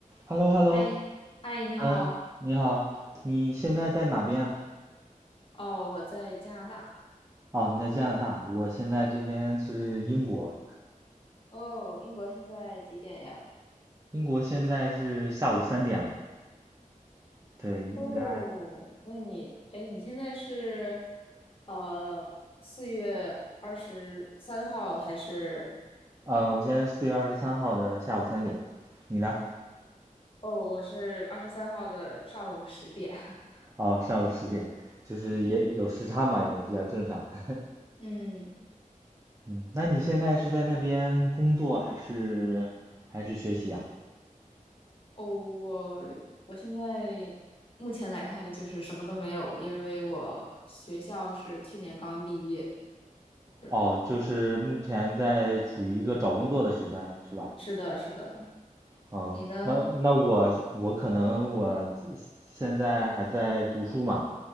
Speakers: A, on the right; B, on the left.
A: h e l l o h e l l
B: 嗨，
A: o
B: 嗨，你好。
A: 嗯，你好，你现在在哪边啊？
B: 哦，我在加拿大。
A: 哦，你在加拿大，我现在这边是英国，
B: 哦，英国现在几点呀？
A: 英国现在是下午三点嘛？对，应该，
B: 哦，那你，哎，你现在是，呃，四月二十三号还是？
A: 嗯，我现在四月二十三号的下午三点，你呢？
B: 哦，我是二十三号的上午十点。<laughs>
A: 哦，上午十点，就是也有时差嘛，也比较正常。<laughs>
B: 嗯，
A: 嗯，那你现在是在那边工作还是还是学习啊？
B: 哦，我我现在目前来看就是什么都没有，因为我学校是去年刚毕业。是
A: 哦，就是目前在处于一个找工作的时段，是吧？
B: 是的，是的。
A: 哦，
B: 你呢？
A: 那那我我可能我现在还在读书嘛，